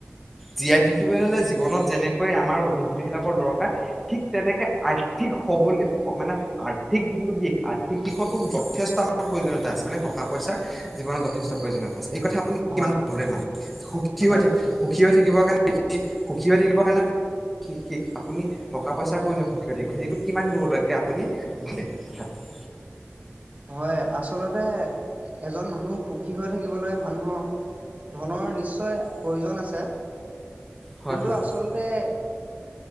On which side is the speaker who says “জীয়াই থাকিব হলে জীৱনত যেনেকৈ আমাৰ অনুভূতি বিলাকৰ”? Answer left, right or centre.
Centre